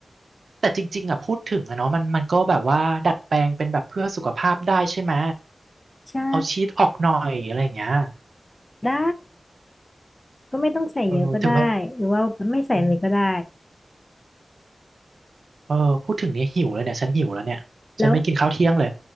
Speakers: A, on the right (about 80°); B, on the left (about 30°).
A: แต่จริงๆอ่ะพูดถึงอะเนาะมันมันก็แบบว่าดัดแปลงเป็นแบบเพื่อสุขภาพได้ใช่ไหม
B: ใช่
A: เอาชีสออกหน่อยอะไรอย่างเงี้ย
B: ได้ก็ไม่ต้องใส่เยอะก็ได้หรือว่าไม่ใส่เลยก็ได้
A: เออถึงมันอืมเออพูดถึงเนี้ยหิวเลยเนี่ยฉันหิวแล้วเนี่ยฉันไม่กินข้าวเที่ยงเลย
B: แล้ว